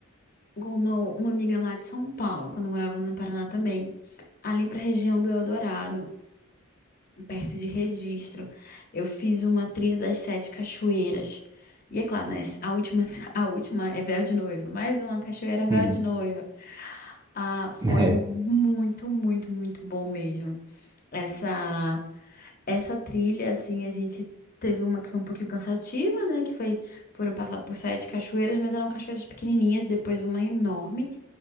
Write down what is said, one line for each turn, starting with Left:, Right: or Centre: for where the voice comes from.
Left: com uma, uma amiga lá de São Paulo, quando eu morava no Paraná também. Ali para a região do Eldorado, perto de Registro, eu fiz uma trilha das Sete Cachoeiras. E é claro, né? A última, <laughs> a última é véu de noiva, mais uma cachoeira véu
Right: Uhum.
Left: de noiva. Ah, foi
Right: <laughs> É.
Left: muito, muito, muito bom mesmo essa essa trilha, assim, a gente teve uma que foi um pouquinho cansativa, né? Que foi, foram passar por sete cachoeiras, mas eram cachoeiras pequenininhas, depois uma enorme.